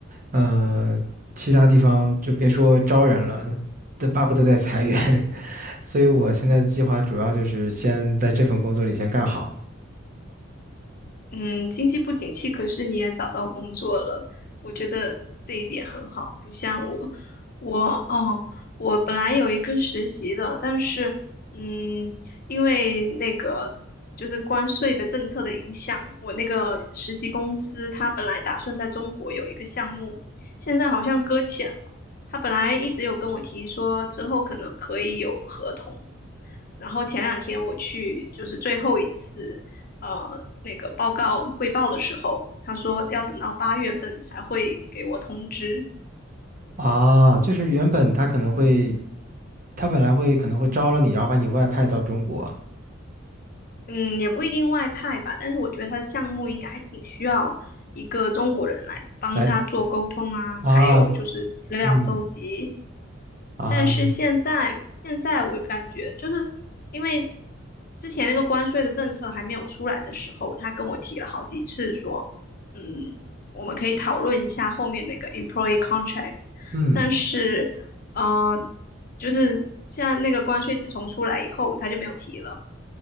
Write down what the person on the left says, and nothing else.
嗯，经济不景气，可是你也找到工作了，我觉得这一点很好。不像我，我哦，我本来有一个实习的，但是嗯，因为那个就是关税的政策的影响，我那个实习公司它本来打算在中国有一个项目，现在好像搁浅了。他本来一直有跟我提说，之后可能可以有合同，然后前两天我去就是最后一次呃那个报告汇报的时候，他说要等到八月份才会给我通知。
嗯，也不一定外派吧，但是我觉得他的项目应该还挺需要一个中国人来帮他做沟通啊，
还有就是资料搜集，
但是现在现在我感觉就是因为之前那个关税的政策还没有出来的时候，他跟我提了好几次说，嗯，我们可以讨论一下后面那个 employee contract，
但是，嗯、就是现在那个关税自从出来以后，他就没有提了。